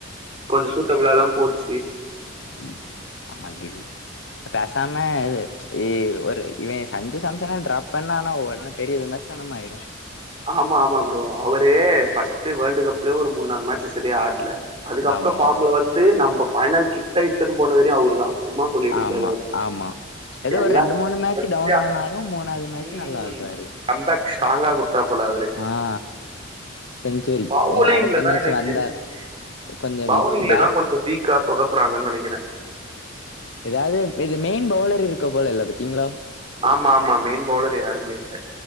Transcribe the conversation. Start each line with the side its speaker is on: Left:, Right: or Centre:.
Right: கொஞ்ச சூட்டப்ளா தா போச்சு
Left: ம் ஆமா கில் பேசாம இது இ ஒரு இவன் சஞ்சு சாம்சன டிராப் பண்ணா ஆனா ஒட்னே பெரிய விமர் சனமாயிரு
Right: ஆமா ஆமா ப்ரோ அவரு ஃபஸ்ட்டு வேர்ல்டு கப் லேயே ஒரு மூண் நால் மேட்ச்சு சரியா ஆட்ல அதுக்கப்பற
Left: ஆமா
Right: ஃபார்ம்ல வந்து நம்ம ஃபைனல் கிட்ட இத்துனு போனவரே அவரு தா சும்மா சொல்லிட கூடாது
Left: ஆமா
Right: அவர
Left: ஆமா எதோ
Right: எல்லா
Left: ஒரு ரெண்டு
Right: மேட்சும்
Left: மூணு மேட்ச்
Right: தொடர்ச்சியா
Left: சு டவுன் ஆனாலு மூணாவுது மேட்ச்சு
Right: ம்
Left: நல்லா ஆடுவாரு
Right: கம்பேக் ஸ்டாங்கா குடுத்தாப்புல அவுரு
Left: ஆ செஞ்சுரி
Right: பவுலிங்ல
Left: அடுத்த
Right: தா
Left: மேட்ச்
Right: எனக்கு
Left: வந்தா
Right: தெரிஞ்சு
Left: கொஞ்ச
Right: பவுலிங்ல
Left: வீக் பேட்
Right: தானன கொஞ்ச வீக் க்கா சொதப்புறாங்கன் நெனக்கிறே
Left: ஏதாது இது மெயின் பவுலர் இருக்க போல இல்ல பத்தீங்களா
Right: ஆமாமா மெயின் பவுலர் யாருமே இல்ல